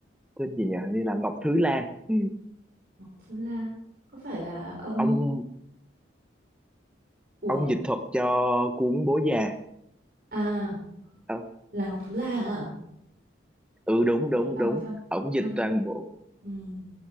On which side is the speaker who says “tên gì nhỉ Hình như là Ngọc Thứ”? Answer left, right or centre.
Centre